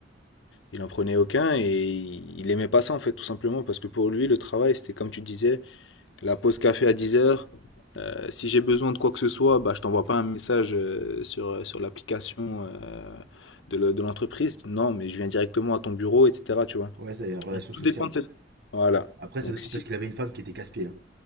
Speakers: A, on the left; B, on the right.
A: Il en prenait aucun et il aimait pas ça en fait, tout simplement parce que pour lui, le travail, c'était comme tu disais, la pause café à 10h. si j'ai besoin de quoi que ce soit, bah, je t'envoie pas un message euh, sur, euh, sur l'application euh, de le- de l'entreprise. Non, mais je viens directement à ton bureau, etc. Tu vois.
B: ouais, ça, y a une relation
A: Donc, tout
B: sociale.
A: dépend de cette... Voilà.
B: Après, c'est
A: Donc
B: aussi
A: si
B: parce qu'il avait une femme qui était casse-pied. hein.